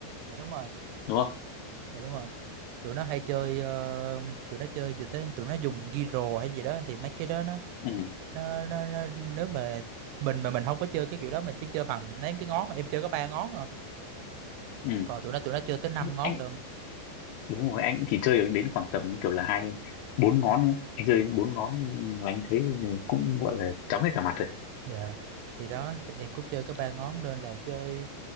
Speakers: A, on the right; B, on the left.
A: dạ đúng rồi
B: đúng không
A: dạ đúng rồi tụi nó hay chơi ờ, tụi nó chơi vừa tới tụi nó dùng ghi rồ hay gì đó thì mấy cái đó nó
B: ừ
A: nó nó, nó nếu mà mình mà mình không có chơi cái kiểu đó mình chỉ chơi bằng mấy cái ngón em chơi có ba ngón à
B: ừ
A: còn tụi nó tụi nó chơi tới năm
B: anh,
A: ngón
B: anh
A: luôn
B: đúng rồi anh chỉ chơi được đến khoảng tầm kiểu là hai bốn ngón ấy anh chơi bốn ngón và anh thấy cũng gọi là chóng hết cả mặt rồi
A: Dạ thì đó thì em cũng chơi có ba ngón nên là chơi